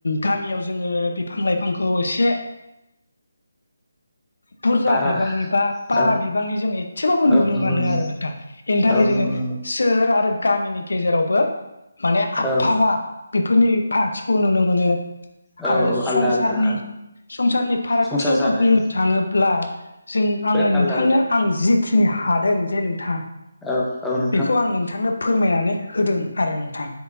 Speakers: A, on the left; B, in the centre.
A: गामियाव जोङो बिफां लाइफांखौ एसे बुरजा
B: बारा
A: बिबांनि बा बारा
B: औ
A: बिबांनि जों एसेबाबो नुनो
B: औ नंगौ
A: मोनो
B: नंगौ
A: आरो नोंथां बेनि थाखाय
B: औ
A: जोङो
B: नंगौ नंगौ
A: सोहोर आरो गामिनि गेजेरावबो माने आबहावा
B: औ
A: बेफोरनि पार्टसखौ नुनो मोनो
B: औ
A: आरो
B: औ
A: संसारनि
B: आलदा आलदा औ
A: संसारनि फारागथियावथ'
B: संसार जानाय
A: बुंनो थाङोब्ला ब्ला जों
B: बिराद
A: आङो
B: आलदा
A: नोंथांनो
B: आलदा
A: आं जिखिनि हादों जे नोंथां
B: औ औ नों
A: बेखौ आं नोंथांनो फोरमायनानै होदों आरो नोंथां